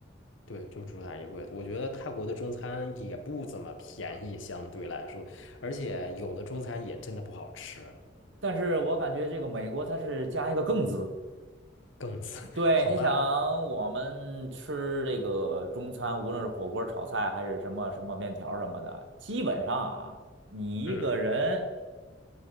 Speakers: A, on the left; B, on the right.
A: 对，就主打一贵。我觉得泰国的中餐也不怎么便宜，相对来说，而且有的中餐也真的不好吃，
B: 但是我感觉这个美国它是加一个更字。
A: 更次，
B: 对，
A: <laughs> 好吧？
B: 你想我们吃这个中餐，无论是火锅、炒菜还是什么什么面条什么的，基本上啊，你一个人，
A: 嗯，